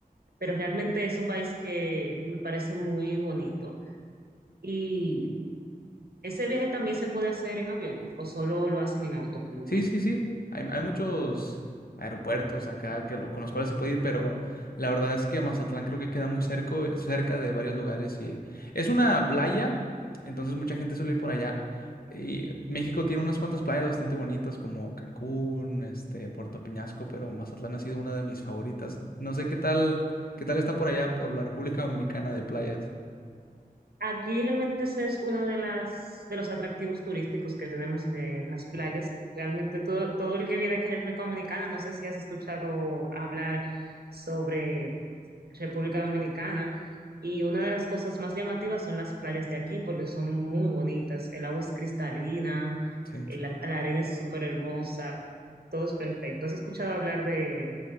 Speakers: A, on the right (about 85°); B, on the left (about 70°).
A: pero realmente es un país que me parece muy bonito. Y ese viaje también se puede hacer en avión o solo lo hacen en auto comúnmente.
B: Sí, sí, sí. Hay, hay muchos aeropuertos acá que lo, con los cuales se puede ir, pero la verdad es que Mazatlán creo que queda muy cerca, cerca de varios lugares y es una playa, entonces mucha gente suele ir por allá. Y México tiene unas cuantas playas bastante bonitas como Cancún, este, Puerto Peñasco, pero Mazatlán ha sido una de mis favoritas. No sé qué tal, qué tal está por allá, por la República Dominicana de playas.
A: Aquí realmente eso es uno de las de los atractivos turísticos que tenemos, que las playas. Realmente todo, todo el que viene aquí a República Dominicana, no sé si has escuchado hablar sobre República Dominicana, y una de las cosas más llamativas son las playas de aquí, porque son muy bonitas. El agua es cristalina,
B: Sí.
A: eh, la, la arena es súper hermosa, todo es perfecto. ¿Has escuchado hablar de,